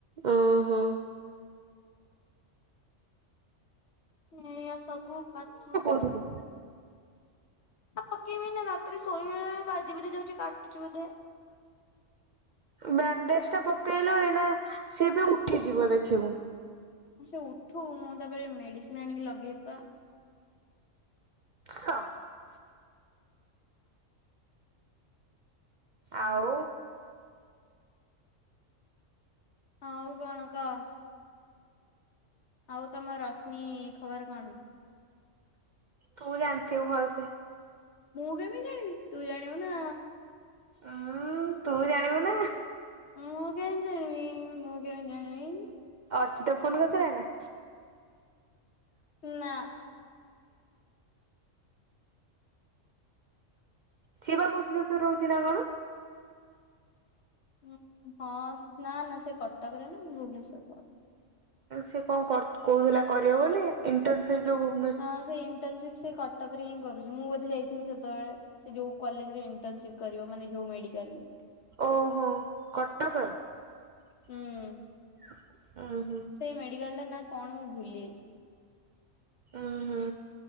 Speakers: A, on the right; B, on the left.
A: ଓ ହୋ!
B: ହୁଁ, ସବୁ କଥା।
A: ବୁଝୁଲୁ।
B: ପକେଇବି ନା ରାତିରେ ଶୋଇଲା ବେଳେ, ବାଜି ବୁଜା ଯାଉଛି କାଟୁଛି ବୋଧେ!
A: ବ୍ୟାଣ୍ଡେଜ ଟା ପକେଇଲୁ ଏଇନା, ସେଏବି ଉଠିଯିବ ଦେଖିବୁ!
B: ସେ ଉଠୁ ମୁଁ ତା'ପରେ ମେଡିସିନ ଆଣିକି ଲଗେଇବି ପା।
A: ସ, ଆଉ।
B: ଆଉ କଣ କ? ଆଉ ତମ ରଶ୍ମି ଖବର କଣ?
A: ତୁ ଜାଣିଥିବୁ ଭଲ୍ ସେ।
B: ମୁଁ କେମିତି ଜାଣିବି? ତୁ ଜାଣିବୁ ନା
A: ଉୁଁ-ଉଁ ତୁ ଜାଣିବୁ ନା।
B: ମୁଁ, କାଇଁ ଜାଣିବି! ମୁଁ, କେମିତି ଜାଣିମି?
A: ଅର୍ଚିତ ଫୋନ୍ କରିଥିଲା ନା?
B: ନାଁ।
A: ସିଏବା, ଭୁବନେଶ୍ଵର ରହୁଛି ନା କଣ?
B: ହଁ, ସ୍ ନା, ନା ସେ କଟକରେ ନା ଭୁବନେଶ୍ୱରର
A: ସେ କଣ କରୁ କହୁଥିଲା କରିବ ବୋଲି, ଇଣ୍ଟର୍ନସିପ ଯୋଉ ଭୁ
B: ହଁ, ସେ ଇଣ୍ଟର୍ନସିପ ସେ କଟକରେ ହିଁ କରୁଛି। ମୁଁ ବୋଧେ ଯାଇଥିନି ସେତେବେଳେ। ସେ ଯୋଉ କଲେଜରେ ଇଣ୍ଟର୍ନସିପ କରିବ। ମାନେ ଯୋଉ ମେଡିକାଲ୍ ରେ
A: ଓହୋ! କଟକର
B: ହୁଁ।
A: ଉଁ, ହୁଁ।
B: ସେଇ ମେଡିକାଲ୍ ଟା ନା କଣ? ମୁଁ ଭୁଲି ଯାଇଛି।
A: ଉୁଁ ହୁଁ,